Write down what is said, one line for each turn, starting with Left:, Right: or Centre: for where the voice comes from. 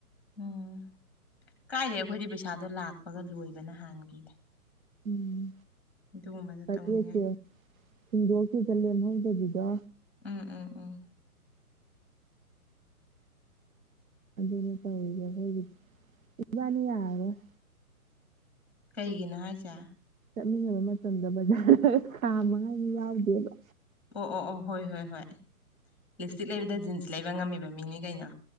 Centre: ꯎꯝ ꯀꯥꯏꯗꯩ ꯑꯩꯈꯣꯏꯗꯤ ꯄꯩꯁꯥꯗꯣ ꯂꯥꯛꯄꯒ ꯂꯣꯏꯕ ꯍꯥꯟꯒꯤꯗ
Right: ꯎꯝ
Centre: ꯑꯗꯨꯒꯨꯝꯕꯗ
Right: ꯐꯔꯦꯁꯦ
Centre: ꯇꯧꯅꯤꯡꯉꯥꯏꯗ
Right: ꯁꯤꯡꯗꯣꯛꯈꯤꯕꯗ ꯂꯦꯝꯍꯧꯗꯕꯤꯗꯣ
Centre: ꯎꯝ ꯎꯝ ꯎꯝ
Right: ꯑꯗꯨꯅꯦ ꯇꯧꯔꯤꯁꯦ ꯑꯩꯈꯣꯏꯒꯤꯗꯤ ꯏꯕꯥꯅꯤ ꯌꯥꯔꯔꯣꯏ
Centre: ꯀꯩꯒꯤꯅꯣ ꯍꯥꯏꯁꯦ
Right: ꯆꯠꯃꯤꯟꯅꯕ ꯃꯇꯝꯗ ꯕꯖꯥꯔꯗ ꯈꯥꯝꯃꯉꯥꯏꯁꯨ ꯌꯥꯎꯗꯦꯕ
Centre: ꯑꯣ ꯑꯣ ꯑꯣ ꯍꯣꯏ ꯍꯣꯏ ꯍꯣꯏ ꯂꯤꯞꯁꯇꯤꯛ ꯂꯩꯕꯗ ꯖꯤꯟꯁ ꯂꯩꯕ ꯉꯝꯃꯤꯕ ꯃꯤꯅꯤ ꯀꯩꯅꯣ